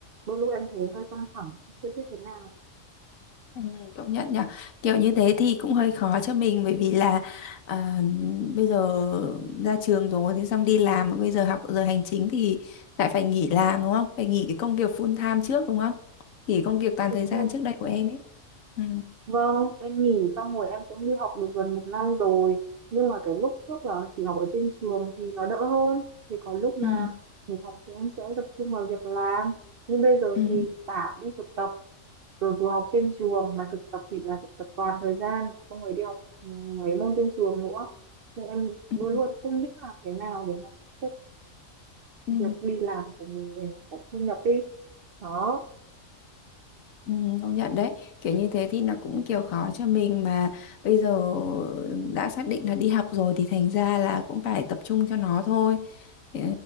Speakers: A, on the right; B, on the left.
A: Đôi lúc em thấy hơi căng thẳng, chưa biết thế nào.
B: ừ, công nhận nhở Kiểu như thế thì cũng hơi khó cho mình bởi vì là à, bây giờ ra trường rồi thế xong đi làm mà bây giờ học giờ hành chính thì lại phải nghỉ làm đúng không? Phải nghỉ cái công việc full time trước đúng không? Nghỉ công việc toàn
A: Đúng
B: thời gian
A: rồi.
B: trước đây của em ấy. Ừ,
A: Vâng, em nghỉ xong rồi em cũng đi học được gần một năm rồi. Nhưng mà cái lúc trước là chỉ học ở trên trường thì nó đỡ hơn. Thì có lúc mà
B: ừ,
A: nghỉ học thì em sẽ tập trung vào việc làm. Nhưng bây giờ
B: ừ,
A: thì cả đi thực tập, rồi vừa học trên trường mà thực tập thì là thực tập toàn thời gian, xong rồi đi học ừ, mấy môn trên trường nữa. Nên em
B: ừ.
A: luôn luôn không biết làm cái nào để mà xếp
B: ừ.
A: việc đi làm của mình để nó có thu nhập đi. Đó,
B: Ừ, công nhận đấy kiểu như thế thì nó cũng kiểu khó cho mình mà bây giờ đã xác định là đi học rồi thì thành ra là cũng phải tập trung cho nó thôi Ừ,